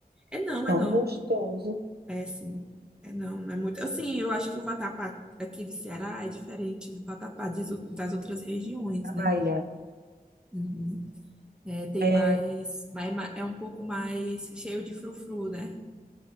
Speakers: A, in the centre; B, on the right.
A: É não,
B: Tão
A: é não.
B: gostoso.
A: É sim. É não, não é muito. Assim, eu acho que o vatapá aqui do Ceará é diferente do vatapá de- das outras regiões,
B: Da
A: né?
B: Bahia.
A: Uhum. É, tem
B: É,
A: mais, mais. É um pouco mais cheio de frufru, né?